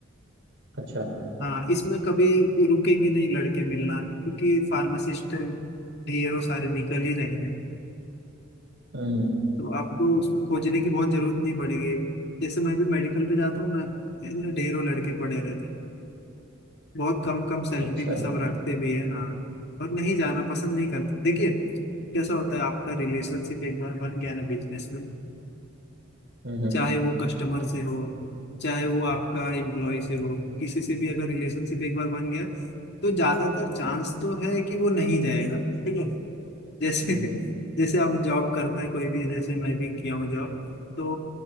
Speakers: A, on the right; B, on the left.
A: अच्छा
B: हाँ इसमें कभी रुकेंगे नहीं लड़के मिलना क्योंकि फार्मासिस्ट ढेरों सारे निकल ही रहे हैं
A: हम्म
B: तो आपको उसमें खोजने की बहुत जरूरत नहीं पड़ेगी जैसे मैं भी मेडिकल पे जाता हूँ ना ऐसे ढेरों लड़के पड़े रहते हैं बहुत कम कम सैलरी
A: अच्छा
B: में सब रखते भी है हाँ और नहीं जाना पसंद नहीं करते देखिए कैसा होता है आपका रिलेशनशिप एक बार बन गया ना बिजनेस में
A: हम्म
B: चाहे वो कस्टमर से हो चाहे वो आपका एम्प्लॉय से हो किसी से भी अगर रिलेशनशिप एक बार बन गया तो ज्यादातर चांस तो है कि वो नहीं जाएगा ठीक है जैसे
A: हम्म
B: जैसे आप जॉब करता है कोई भी जैसे मैं भी किया हूँ जॉब तो